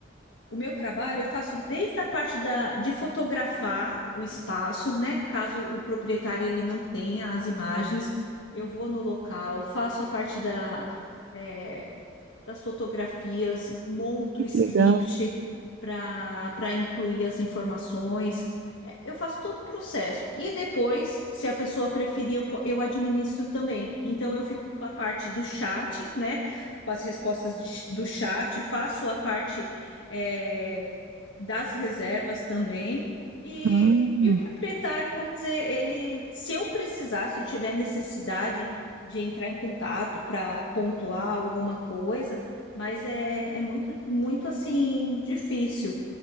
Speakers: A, on the left; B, on the right.
A: o meu trabalho, eu faço desde a parte da, de fotografar o espaço, né? Caso o proprietário ele não tenha as imagens, eu vou no local, faço a parte da, é, das fotografias, monto
B: que
A: o script
B: legal.
A: para para incluir as informações. É, Eu faço todo o processo. E depois, se a pessoa preferir, eu, po- eu administro também. Então, eu fico com a parte do chat, né? Com as respostas de- do chat, faço a parte, é, das reservas também. E,
B: Ah.
A: e o proprietário, vamos dizer, ele, se eu precisar, se tiver necessidade, de entrar em contato para pontuar alguma coisa, mas é, é muito, muito assim difícil